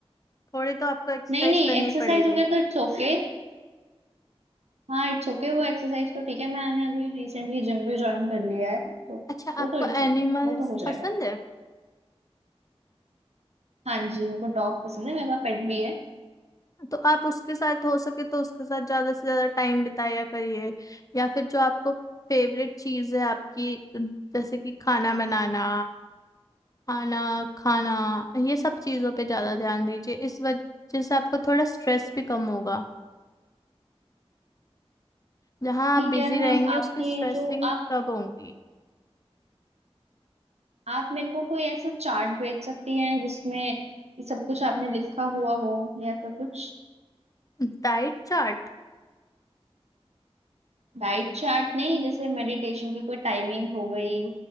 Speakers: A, on the left; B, on the right.
A: थोड़ी तो आपको एक्सरसाइज
B: नहीं नहीं
A: करनी
B: एक्सरसाइज
A: पड़ेगी
B: वगैरह तो इट्स ओके हाँ इट्स ओके वो एक्सरसाइज तो ठीक है मैंने अभी रिसेंटली जिम भी ज्वाइन कर लिया है तो
A: अच्छा
B: वो
A: आपको
B: तो इट्स
A: एनिमल्स
B: ओके वो तो हो जाएगा
A: पसंद है
B: हाँ जी मेरे को डॉग पसंद है मेरे पास पेट भी है
A: तो आप उसके साथ हो सके तो उसके साथ ज्यादा से ज्यादा टाइम बिताया करिए या फिर जो आपको फेवरेट चीज है आपकी जैसे कि खाना बनाना खाना खाना ये सब चीजों पे ज्यादा ध्यान दीजिए इस वजह से आपको थोड़ा स्ट्रेस भी कम होगा जहाँ
B: ठीक
A: आप बिजी
B: है मैं
A: रहेंगे
B: अब आपकी
A: उसकी स्ट्रेसिंग
B: जो आप
A: कब होंगी
B: आप मेरे को कोई ऐसा चार्ट भेज सकती हैं जिसमें ये सब कुछ आपने लिखा हुआ हो या ऐसा कुछ
A: Diet chart
B: डाइट चार्ट नहीं जैसे मेडिटेशन की कोई टाइमिंग हो गई